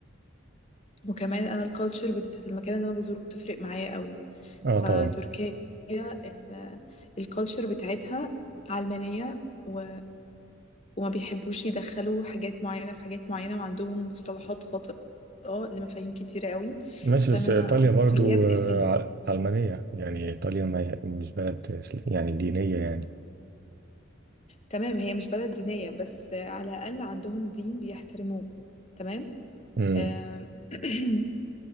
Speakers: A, on the left; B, on the right.
A: وكمان انا الكالتشر بتاعت المكان اللي انا بزوره بتفرق معايا قوي
B: أه
A: فتركيا
B: طبعا
A: ال- الكالتشر بتاعتها علمانية و... وما بيحبوش يدخلوا حاجات معينة في حاجات معينة وعندهم مصطلحات خاطئة لمفاهيم كتيرة قوي
B: ماشي
A: فانا
B: بس إيطاليا برضه
A: تركيا بتقفلني
B: آه، ع- علمانية يعني إيطاليا ما هي مش بلد إسلا- يعني دينية يعني
A: تمام هي مش بلد دينية بس على الاقل عندهم دين بيحترموه تمام
B: امم
A: آم، <clears throat>